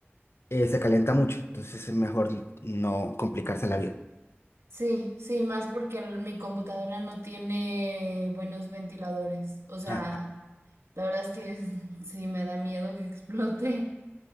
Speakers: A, on the left; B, on the right.
A: eh, se calienta mucho. Entonces es mejor no complicarse la vida.
B: Sí, sí, más porque el- mi computadora no tiene buenos ventiladores. O sea,
A: Ah,
B: la verdad es que <laughs> sí me da miedo que explote.